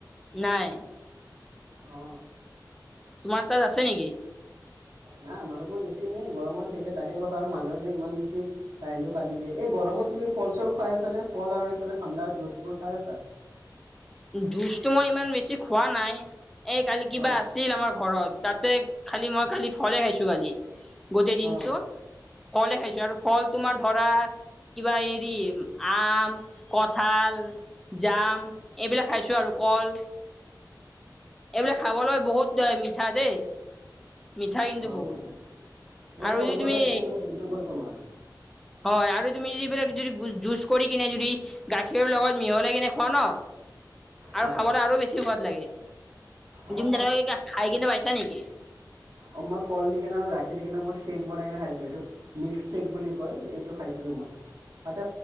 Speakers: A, in the centre; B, on the right (about 60°).
A: নাই।
B: অ।
A: তোমাৰ তাত আছে নেকি?
B: নাই মানুহবোৰ এছি নে গৰমত সেইকে তাকে কথা আৰু মাজে মাজে ইমান বেছি কাৰেণ্টটো কাটি দিয়ে, এই গৰমত তুমি ফল-চল খাই আছা নে, ফল আৰু এইফালে ঠাণ্ডা জুচবোৰ খাই আছা?
A: জুচটো মই ইমান বেছি খোৱা নাই এই কালি কিবা
B: অঁ
A: আছিল আমাৰ ঘৰত, তাতে খালি মই কালি ফলে খাইছো কালি। গোটেই দিনটো
B: অঁ
A: ফলে খাইছো আৰু ফল তোমাৰ ধৰা। কিবা এৰি আম, কঁঠাল, জাম এইবিলাক খাইছো আৰু কল এইবিলাক খাবলৈ বহুত মিঠা দেই। মিঠা কিন্তু
B: অঁ
A: বহুত
B: গম পাইছোঁ এই
A: আৰু
B: ফলবোৰ
A: যদি তুমি
B: খাই কিনে মানে দিনটো গ'ল তোমাৰ।
A: হয় আৰু তুমি যদি এইবিলাক যদি গোচ-জুচ কৰি কিনে যদি গাখীৰ লগত মিহলাই কিনে খুৱাও ন?
B: হয়
A: আৰু খাবলৈ আৰু বেছি সোৱাদ লাগে,
B: অঁ
A: তুমি তেনেকে খাই কিনে পাইছা নেকি?
B: অ' মই কল দি কেনে আৰু গাখীৰ দি কিনে মই চেক বনাই কেনে খাইছিলো এইটোক। মিল্কশ্বেক বুলি কয়, এইটো খাইছিলোঁ মই। তাতে